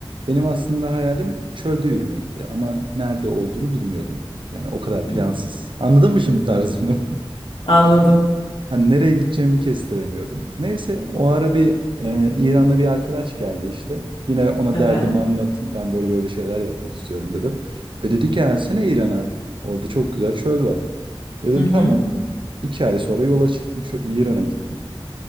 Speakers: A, on the right; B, on the left.
A: Benim aslında hayalim çölde yürümekti ama nerede olduğunu bilmiyordum. Yani o kadar plansız.
B: hı.
A: Anladın mı şimdi tarzımı? <laughs>
B: Anladım.
A: Hani nereye gideceğimi kestiremiyordum. Neyse o ara bir e, İran'da bir arkadaş geldi işte. Yine ona
B: Evet.
A: derdimi anlattım. Ben böyle böyle şeyler yapmak istiyorum dedim. E dedi ki gelsene İran'a. Orada çok güzel çöl var. Dedim
B: Hı hı.
A: tamam. İki ay sonra yola çıktım. Şu İran'a gittim.